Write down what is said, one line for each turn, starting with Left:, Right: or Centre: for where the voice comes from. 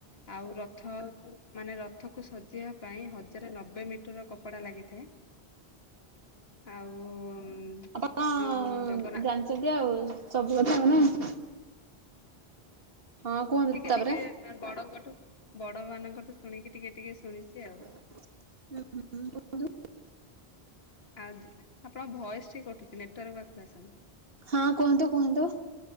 Left: ଆଉ ରଥକୁ ମାନେ ରଥକୁ ସଜେଇବା ପାଇଁ ହଜାରେ ନବେ ମିଟର କପଡ଼ା ଲାଗିଥାଏ। ଆଉ
Right: ଆପଣ
Left: ଯୋଉ ଜଗନ୍ନା
Right: ଜାଣିଚନ୍ତି ଆଉ ସବୁ କଥା। <unintelligible> ହଁ କୁହନ୍ତୁ
Left: ଟିକେ
Right: ତାପରେ
Left: ଟିକେ ବଡଙ୍କଠୁ ବଡ ମାନଙ୍କଠୁ ଶୁଣିକି ଟିକେ ଟିକେ ଶୁଣିଚି ଆଉ।
Right: <inaudible>
Left: ଆଉ ଆପଣଙ୍କ ଭଏସ୍ ଟିକେ କଟୁଚି ନେଟୱାର୍କ୍ ପାଖକୁ ଆସନ୍ତୁ।
Right: ହଁ କୁହନ୍ତୁ କୁହନ୍ତୁ।